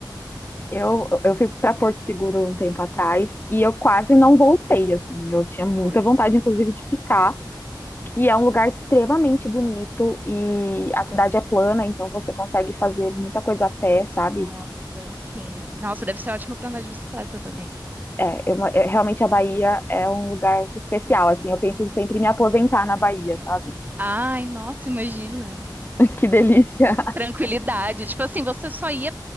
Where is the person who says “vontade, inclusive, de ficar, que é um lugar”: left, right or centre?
Left